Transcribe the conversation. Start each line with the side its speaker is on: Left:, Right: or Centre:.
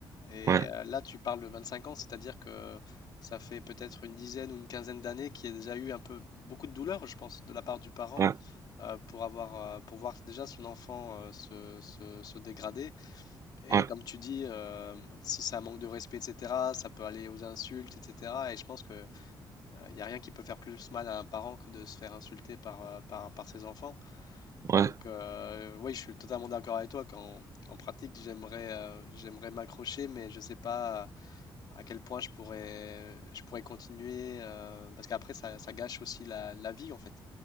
Left: Et
Right: ouais,
Left: euh, là, tu parles de 25 ans, c'est-à-dire que ça fait peut-être une dizaine ou une quinzaine d'années qu'il y a déjà eu un peu beaucoup de douleur, je pense, de la part du parent
Right: ouais,
Left: euh, pour avoir, euh, pour voir déjà son enfant euh, se, se- se dégrader. Et
Right: ouais,
Left: comme tu dis, euh, si c'est un manque de respect, etc., ça peut aller aux insultes, etc. Et je pense que Il n'y a rien qui peut faire plus mal à un parent que de se faire insulter par, euh, par, par ses enfants.
Right: ouais,
Left: Donc, euh, oui, je suis totalement d'accord avec toi. Quand, en pratique, j'aimerais euh, j'aimerais m'accrocher, mais je ne sais pas euh, à quel point je pourrais, je pourrais continuer. euh, parce qu'après, ça, ça gâche aussi la, la vie, en fait.